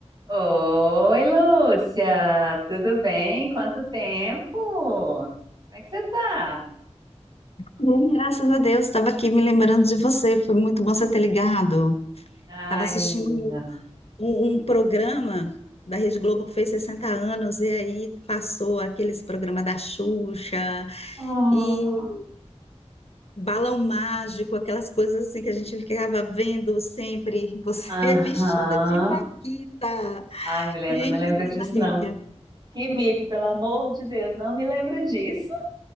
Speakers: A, on the right; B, on the left.
A: Oi, Lúcia, tudo bem? Quanto tempo? Como é que você tá?
B: Bom, graças a Deus, estava aqui me lembrando de você. Foi muito bom você ter ligado.
A: Ai,
B: Estava assistindo
A: menina.
B: um, um- um programa da Rede Globo que fez 60 anos, e aí passou aqueles programas da Xuxa
A: Oh.
B: e Balão Mágico, aquelas coisas assim que a gente ficava vendo sempre, você
A: Aham.
B: <laughs> vestida de Paquita.
A: Ai, mulher,
B: Gente,
A: não me lembra
B: que coisa
A: disso,
B: rica.
A: não. Que mico, pelo amor de Deus, não me lembra disso.